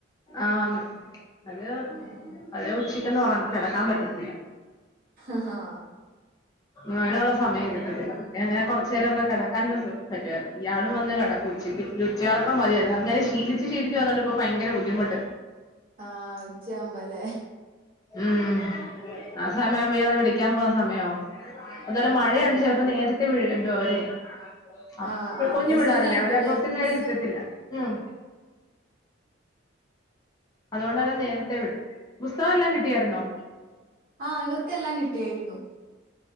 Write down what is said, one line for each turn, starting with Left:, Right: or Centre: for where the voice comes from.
Left: ആന്ന് അത്
Right: ഉം ഉം
Left: അത് ഉച്ചക്ക് എന്ന് ഒറങ്ങി കെടക്കാൻ പറ്റത്തില്ല
Right: ആ ഹ് ഹാ
Left: മഴയുള്ള സമയം കിട്ടത്തില്ല എങ്ങനെ കുറച്ചു നേരൊക്കെ കിടക്കാനു സു പറ്റുമായിരുന്ന് ഇയാളും വന്ന് കിടക്കും ഉച്ചക്ക് ഒരു ഉച്ചേർക്കാം പതിയായിരുന്നു അങ്ങനെ ശീലിച്ചു ശീലിച്ചു വന്നുണ്ട് ഇപ്പോ ഭയങ്കര ബുധി ബുദ്ധിമുണ്ട്
Right: ആഹ് ഉച്ചയാവുമ്പല്ലേ
Left: ഉം ആ സമയവുമ്പോ ഇയാളെ വിളിക്കാൻ പോവാൻ സമയവും അതുപോലെ
Right: ആഹ്
Left: മഴയണ്ട്
Right: ആഹ്
Left: ചിലപ്പോ നേരത്തെ ഥിവിഡെത്തും അവരെ അപ്പ
Right: ആഹ് ആഹ്
Left: കുഞ്ഞു
Right: മെസ്സേജ്
Left: പിള്ളേറല്ലേ
Right: അയക്കൂല്ലേ
Left: അവരെപ്പൊ ഒത്തിരി നേരം
Right: മിസ്സ്
Left: ഇരുത്തത്തില്ല മം അതുകൊണ്ട് അവർ നേരത്തെ വിടും പുസ്തകം എല്ലാം കിട്ടിയായിരുന്നോ
Right: ആ ഇവർക്കെല്ലാം കിട്ടിയായിരുന്നു